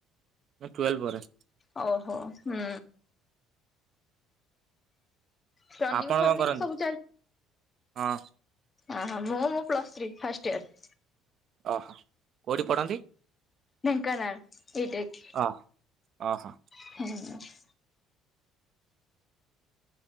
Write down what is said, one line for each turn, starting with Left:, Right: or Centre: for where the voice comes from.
Right: ନାଁ ଟୁୱେଲ୍ଭ ପରେ।
Left: ଓହୋ ହୁଁ। ଟନିଂ
Right: ଆପଣ
Left: ଫନିଂ
Right: କଣ କରନ୍ତି
Left: ସବୁ
Right: ହଁ?
Left: ଓହୋ ମୁଁ ମୁଁ ପ୍ଲସ୍ ଥ୍ରୀ ଫାଷ୍ଟ ଇୟର।
Right: ଅହ। କୋଉଠି ପଢନ୍ତି?
Left: ଢେଙ୍କାନାଳ ବିଟେକ୍
Right: ଅ ଅହ।
Left: ହୁଁ।